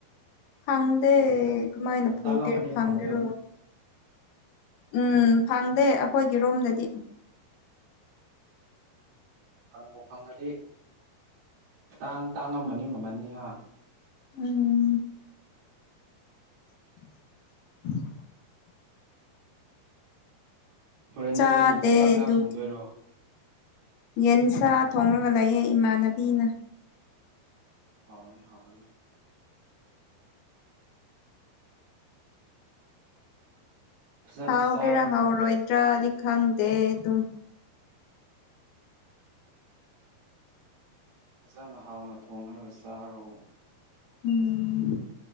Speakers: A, on the left; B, on the right.
A: ꯐꯪꯗꯦ
B: ꯃꯃꯟ
A: ꯀꯃꯥꯏꯅ
B: ꯃꯃꯟ
A: ꯐꯨꯒꯦ
B: ꯇꯥꯡꯉꯝꯃꯅꯤ
A: ꯐꯪꯒꯦꯔꯣ
B: ꯐꯪꯉꯁꯨ
A: ꯎꯝ ꯐꯪꯗꯦ ꯑꯩꯈꯣꯏꯒꯤ ꯔꯣꯝꯗꯗꯤ
B: ꯐꯪꯕꯨ ꯐꯪꯉꯗꯤ ꯇꯥꯡ ꯇꯥꯡꯉꯝꯃꯅꯤ ꯃꯥꯃꯜꯗꯤ ꯍꯥ
A: ꯎꯝ ꯎ <unintelligible>
B: ꯍꯣꯔꯦꯟꯗꯤ
A: ꯆꯥꯗꯦ
B: ꯅꯣꯏ ꯆꯥꯛ ꯌꯦꯟꯁꯥꯡ
A: ꯑꯗꯨ
B: ꯊꯣꯡꯗꯣꯏꯔꯣ
A: ꯌꯦꯟꯁꯥ ꯊꯣꯡꯂꯒ ꯂꯩꯌꯦ ꯏꯃꯥꯟꯅꯕꯤꯅ
B: ꯍꯥꯎꯔꯅꯤ ꯍꯥꯎꯔꯅꯤ ꯐꯖꯅ
A: ꯍꯥꯎꯒꯦꯔꯥ
B: ꯆꯥꯔꯣ
A: ꯍꯥꯎꯔꯣꯏꯗ꯭ꯔꯥꯗꯤ ꯈꯪꯗꯦ ꯑꯗꯨꯝ
B: ꯐꯖꯅꯥ ꯍꯥꯎꯅ ꯊꯣꯡꯔꯒ ꯆꯥꯔꯣ
A: ꯎꯝ